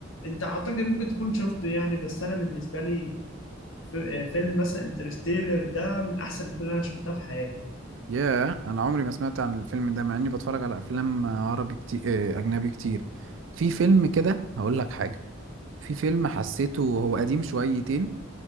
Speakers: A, on the left; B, on the right.
A: انت اعتقد ممكن تكون شفته يعني بس انا بالنسبه لي ف- آه، فيلم مثلا انترستيلر ده من احسن الافلام اللي انا شفتها في حياتي
B: ياه انا عمري ما سمعت عن الفيلم ده مع اني بتفرج على افلام عربي كتير آه، اجنبي كتير في فيلم كده هقول لك حاجة في فيلم حسيته هو قديم شويتين